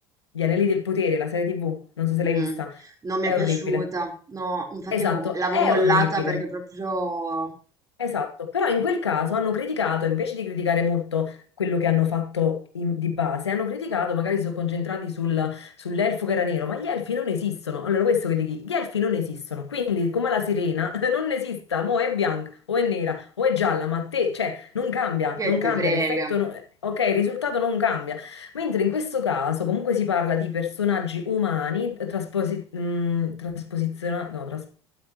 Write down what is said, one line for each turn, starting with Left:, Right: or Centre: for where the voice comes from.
Left: Gli Anelli del Potere, la serie TV, non so se l'hai
Right: mm,
Left: vista
Right: non mi
Left: è
Right: è piaciuta,
Left: orribile.
Right: no, infatti
Left: Esatto,
Right: avevo- l'avevo
Left: è
Right: mollata
Left: Vero. orribile.
Right: perché proprio
Left: Esatto, però in quel caso hanno criticato, invece di criticare molto quello che hanno fatto in- di base, hanno criticato, magari si sono concentrati sul- sull'elfo che era nero, ma gli elfi non esistono. Allora, questo che dici, gli elfi non esistono, quindi come la sirena <laughs> non esista, mo è bianca o è nera o è gialla, ma te, cioè, non cambia,
Right: che
Left: non cambia,
Right: te frega.
Left: l'effetto, no- ok, il risultato non cambia. Mentre in questo caso comunque si parla di personaggi umani eh, trasposi- mh, trasposiziona- no, trasposti